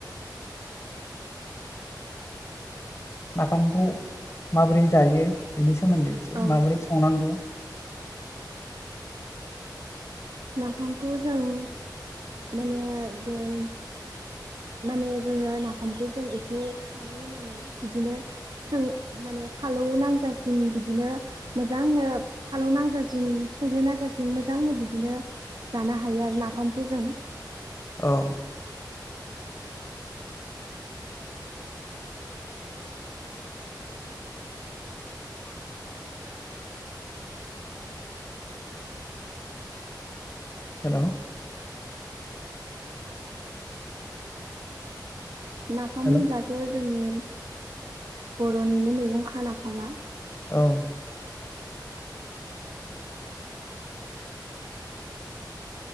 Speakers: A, on the left; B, on the right.
A: नाफामखौ माबोरै जायो बेनि सोमोन्दै एसे
B: औ
A: माबोरै संनांगौ। <inaudible>
B: नाफामखौ जों माने जों माने जोङो नाफामखौ जों एसे खारै होननानै बिदिनो जों माने फालौ नांजासिम बिदिनो मोजांनो फालौ नांजासिम फालौ नांजासिम मोजांनो बिदिनो। जानो हायो आरो नाफामखौ जों।
A: औ। हेलौ
B: नाफाम
A: हेल'
B: होनब्लाथ'। जोंनि बर'निनो मैगं खा नाफामा।
A: औ।